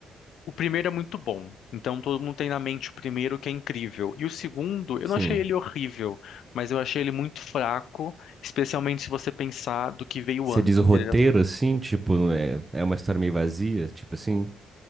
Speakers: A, on the left; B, on the right.
A: O primeiro é muito bom, então todo mundo tem na mente o primeiro que é incrível. E o segundo, eu
B: Sim.
A: não achei ele horrível, mas eu achei ele muito fraco, especialmente se você pensar do que veio
B: Você
A: antes,
B: diz o
A: entendeu?
B: roteiro, assim, tipo, é, é uma história meio vazia, tipo assim?